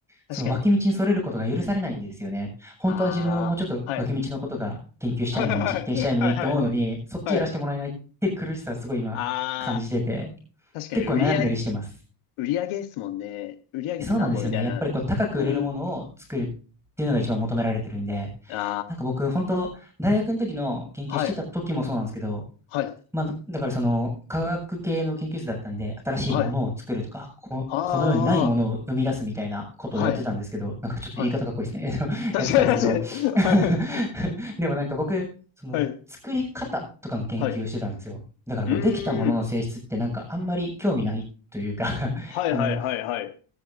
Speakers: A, in the centre; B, on the left.
A: その脇道にそれることが許されないんですよね。
B: 確かに。
A: 本当は自分はもうちょっと脇道のことが研究したいのに、
B: ああ、はい。はい。
A: 実験したいのにって思うのに、
B: はい。はい。
A: そっちやらせてもらえないって苦しさをすごい今感じてて、
B: はい。ああ、確かに、
A: 結構悩んだりしてます。
B: 売り上げ、売り上げですもんね。売り上げで何本みたいな。
A: そうなんですよね。やっぱりこう高く売れるものを作るっ
B: うん。
A: ていうのが一番求められてるんで、
B: あ
A: なんか僕、本当大学の時の研究してた時もそうなんですけど、
B: あ、はい。はい。
A: まあ、だだからその科学系の研究室だったんで、新しいものを作るとか、
B: はい。
A: こ、
B: ああ、
A: この世にないものを生み出すみたいなことをやってたんですけど、
B: はい。
A: なんかちょっと言い方かっこいいですね。
B: はい。
A: <laughs>
B: 確かに、
A: やってたんですけど、
B: 確かに。はい
A: <laughs> でもなんか僕、その作り方とかの研究をしてたんですよ。
B: はい。はい。う
A: だからこうできたものの性質ってなんかあんまり興味ないというか
B: ーん。
A: <laughs>
B: はいはいはいはい。
A: あの、